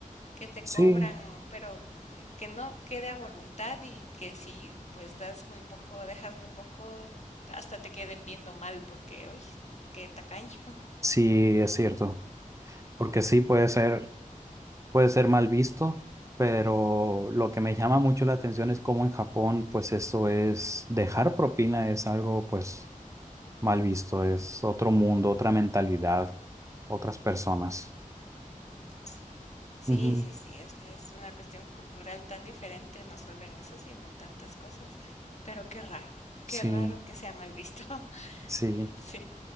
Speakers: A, on the left; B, on the right.
A: que te
B: Sí,
A: cobran, pero que que no quede a voluntad y que si pues das muy poco, dejas muy poco, hasta te queden viendo mal porque, uy, qué tacaño.
B: sí, es cierto. Porque sí puede ser, puede ser mal visto, pero lo que me llama mucho la atención es cómo en Japón, pues eso es, dejar propina es algo, pues. mal visto, es otro mundo, otra mentalidad, otras personas.
A: Sí. Sí,
B: Ujú,
A: sí, sí, o sea, es una cuestión cultural tan diferente, no solo en eso, sino en tantas cosas. Pero qué raro,
B: Sí,
A: qué raro que sea mal visto. <laughs>
B: sí.
A: Sí.